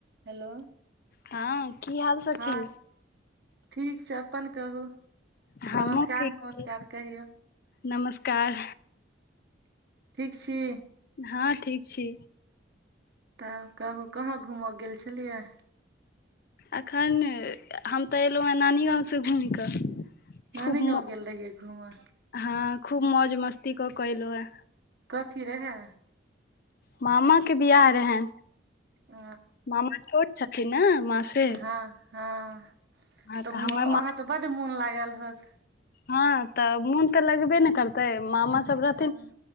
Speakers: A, on the right; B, on the left.
A: हेलो
B: हँ कि हाल सखी?
A: हँ ठीक छै अपन कहू
B: हमहुँ
A: नमस्कार
B: ठीक
A: नमस्कार
B: छी
A: कहियौ।
B: नमस्कार।
A: ठीक छी?
B: हँ ठीक छी।
A: तऽ कहू कहाँ घूमऽ गेल छलियै?
B: एखन हम तऽ एयलौ हेँ नानी गाँवसँ घूमि कऽ।
A: नानी
B: खूब
A: गाँव
B: म
A: गेल रहियै घूमऽ
B: हँ खूब मौज मस्ती कऽ कऽ एलौ ए।
A: कथी रहे?
B: मामा के बियाह रहे।
A: अ
B: मामा छोट छथिन न माँ से।
A: हँ हँ
B: हँ
A: तऽ
B: हमर
A: वहाँ
B: माँ
A: तऽ बड मोन लागल होत?
B: हँ तऽ मोन तऽ लगबे ने करतै मामा सब रहथिन।
A: हँ